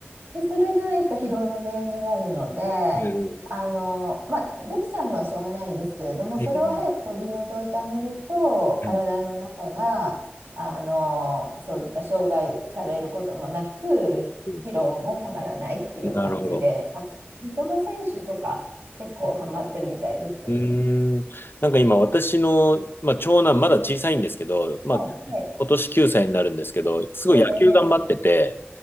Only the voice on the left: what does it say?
うんう
んうん
うん
うん
うんなるほど。
うーん。なんか今私の、まあ、長男まだ小さいんですけど、まあ、
今年9歳になるんですけど、すごい野球頑張ってて、